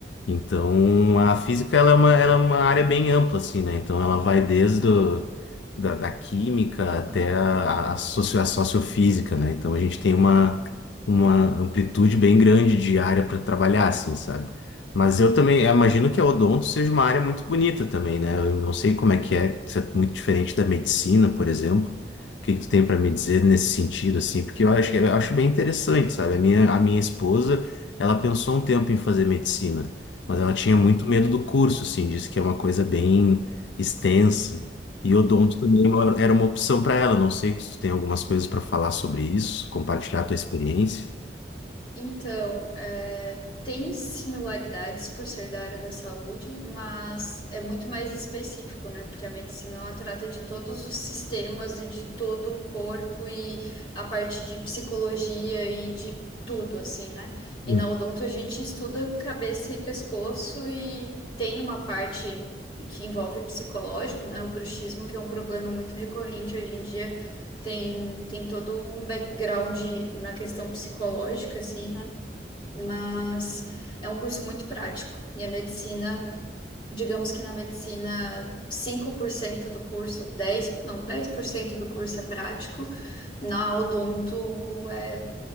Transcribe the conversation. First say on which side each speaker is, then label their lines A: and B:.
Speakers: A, on the left; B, on the left.
A: Então, a física ela é uma, ela é uma área bem ampla, assim, né? Então, ela vai desde o, da, da química até a, a, socio, a sociofísica, né? Então, a gente tem uma, uma amplitude bem grande de área para trabalhar, assim, sabe? Mas eu também eu imagino que a odonto seja uma área muito bonita também, né? Eu não sei como é que é, se é muito diferente da medicina, por exemplo. O que que tu tem para me dizer nesse sentido, assim? Porque eu acho, eu acho bem interessante, sabe? A minha, a minha esposa, ela pensou um tempo em fazer medicina. Mas ela tinha
B: Hum.
A: muito medo do curso, assim, disse que é uma coisa bem extensa. E odonto também é uma- era uma opção para ela. Não sei se tu tem algumas coisas para falar sobre isso, compartilhar a tua experiência.
B: Então, é, tem similaridades por ser da área da saúde, mas é muito mais específico, né? Porque a medicina ela trata de todos os sistemas e de todo o corpo e a parte de psicologia e de tudo, assim, né? E
A: Hum,
B: na odonto a gente estuda cabeça e pescoço e tem uma parte que envolve psicológico, né? O bruxismo, que é um problema muito recorrente hoje em dia tem, tem todo um background na questão psicológica, assim, né? Mas é um curso muito prático. E a medicina, digamos que na medicina, 5% do curso, 10 não, 10% do curso é prático, na odonto é